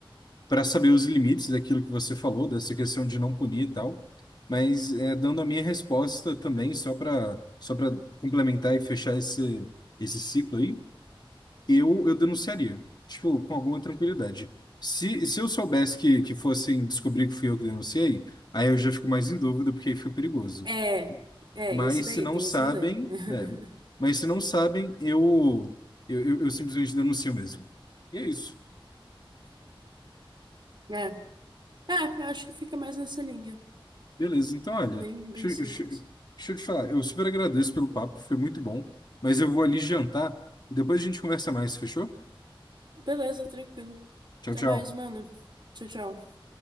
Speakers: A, on the left (about 50°); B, on the right (about 55°).
A: para saber os limites daquilo que você falou, dessa questão de não punir e tal, mas é, dando a minha resposta também, só para só para complementar e fechar esse, esse ciclo aí, eu, eu denunciaria, tipo, com alguma tranquilidade. Se, se eu soubesse que, que fossem descobrir que fui eu que denunciei, aí eu já fico mais em dúvida, porque aí fica perigoso.
B: É, é,
A: Mas
B: isso daí,
A: se não
B: tem
A: sabem,
B: esse rolê. <laughs>
A: é, mas se não sabem, eu, eu, eu, eu simplesmente denuncio mesmo. E é isso.
B: É, é, eu acho que fica mais nessa linha.
A: Beleza, então olha,
B: Bem, bem
A: deixa, eu
B: simples.
A: deixa eu- deixa eu te falar, eu super agradeço pelo papo, foi muito bom, mas eu vou ali jantar, depois a gente conversa mais, fechou?
B: Beleza, tranquilo.
A: Tchau,
B: Até
A: tchau.
B: mais, mano. Tchau, tchau.